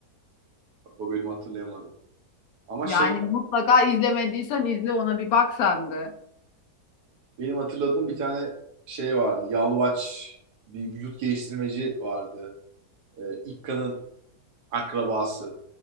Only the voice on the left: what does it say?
Yani
mutlaka izlemediysen izle ona bir bak sen de.